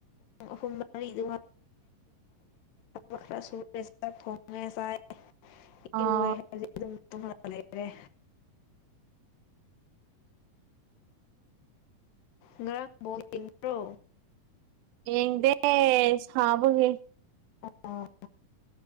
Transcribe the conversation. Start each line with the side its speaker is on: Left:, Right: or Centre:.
Left: ꯑꯍꯨꯝ ꯃꯔꯤꯗꯨ ꯈ ꯁꯨꯔꯦ ꯊꯣꯡꯉꯦ ꯆꯥꯏ
Right: ꯑꯥ
Left: ꯏꯔꯨꯑꯦ ꯍꯥꯏꯗꯤ ꯑꯗꯨꯝ ꯂꯩꯔꯦ ꯉꯔꯥꯡ ꯐꯕ ꯆꯟꯈ꯭ꯔꯣ
Right: ꯌꯦꯡꯗꯦ ꯁꯥꯕꯒ
Left: ꯑꯣ